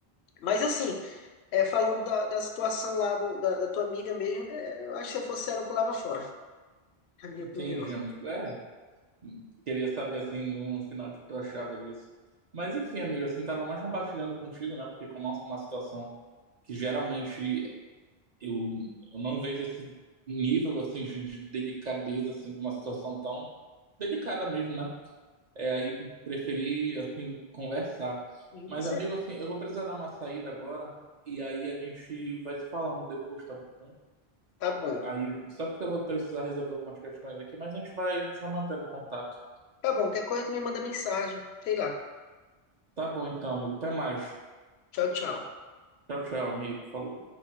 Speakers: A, on the left; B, on the right.
A: Mas assim, é, falando da, da situação lá do- da, da tua amiga mesmo, é, eu acho que se eu fosse ela, eu pulava fora, na minha
B: Entendi,
A: opinião.
B: amigo. É. Queria saber, assim, no final, o que tu achava disso. Mas, enfim, amigo, assim, tava mais compartilhando contigo, né? Porque como é uma situação que geralmente eu, eu não vejo esse nível, assim, de, de delicadeza, assim, de uma situação tão delicada mesmo, né? É, aí preferi, assim, conversar.
A: Não
B: Mas,
A: consegue.
B: amigo, assim, eu vou precisar dar uma saída agora e aí a gente vai se falando depois, tá bom?
A: Tá bom.
B: Aí, só porque eu vou precisar resolver algumas questões aqui, mas a gente vai, a gente vai mantendo contato.
A: Tá bom, qualquer coisa tu me manda mensagem. Sei lá.
B: Tá bom então, amigo. Até mais.
A: Tchau, tchau.
B: Tchau, tchau, amigo. Falou.